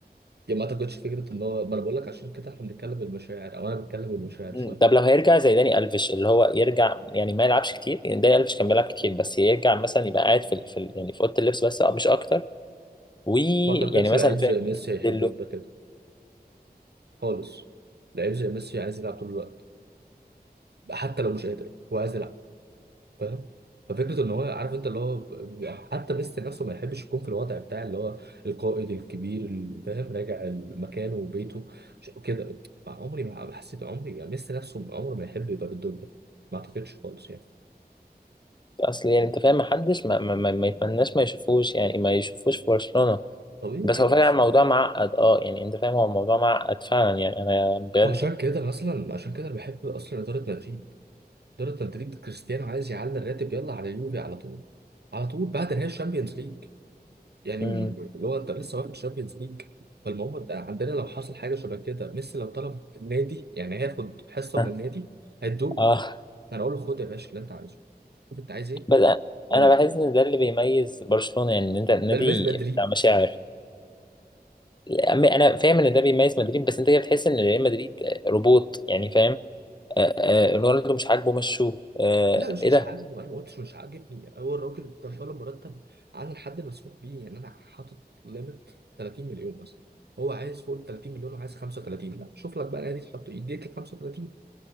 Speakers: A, on the right; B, on the left.
A: يعني ما اعتقدش فكره ان هو ما انا بقول لك عشان كده احنا بنتكلم بالمشاعر او انا بتكلم بالمشاعر
B: مم.
A: شويه
B: طب لو هيرجع زي داني الفيش اللي هو يرجع يعني ما يلعبش كتير يعني داني الفيش كان بيلعب كتير بس يرجع مثلا يبقى قاعد في ال- في ال- يعني في اوضه اللبس بس أه، مش اكتر ويعني
A: ما اعتقدش
B: مثلا
A: لعيب
B: فاهم
A: زي ميسي هيحب
B: يديله
A: يبقى كده خالص لعيب زي ميسي عايز يلعب طول الوقت حتى لو مش قادر هو عايز يلعب فاهم ففكره ان هو عارف انت اللي هو ب- حتى ميسي نفسه ما يحبش يكون في الوضع بتاع اللي هو القائد الكبير اللي فاهم راجع مكانه وبيته ش- وكده عمري ما حسيت عمري يعني ميسي نفسه عمره ما يحب يبقى بالدور ده ما اعتقدش خالص يعني
B: اصل يعني انت فاهم محدش ما, ما, ما, ما يتمناش ما يشوفوش يعني ما يشوفوش في برشلونه
A: طبيعي
B: بس هو
A: اصل
B: فعلا الموضوع معقد اه يعني انت فاهم هو الموضوع معقد فعلا يعني انا بجد
A: وعشان كده مثلا عشان كده انا بحب اصلا اداره مدريد اداره مدريد كريستيانو عايز يعلي الراتب يلا على اليوفي على طول على طول بعد نهائي الشامبيونز ليج يعني
B: مم.
A: من- اللي هو انت لسه واخد الشامبيونز ليج فالمهم انت عندنا لو حصل حاجه شبه كده ميسي لو طلب النادي يعني هياخد حصه
B: <laughs>
A: من النادي هيدوله
B: اه
A: هنقول له خد يا باشا اللي انت عايزه شوف انت عايز ايه
B: بس انا
A: وانت
B: أنا بحس ان ده اللي بيميز برشلونه يعني ان انت النادي
A: ده الميز مدريد
B: بتاع مشاعر انا فاهم ان ده بيميز مدريد بس انت كده بتحس ان ريال مدريد روبوت يعني فاهم آه، آه، رونالدو مش عاجبه مشوه آه،
A: لا مش
B: ايه
A: مش
B: ده
A: عاجبه انا ما قلتش مش عاجبني هو الراجل كان طالب مرتب عن الحد المسموح بيه يعني انا حاطط ليميت 30 مليون مثلا هو عايز فوق ال 30 مليون وعايز 35 لا شوف لك بقى نادي تحط يديك ال 35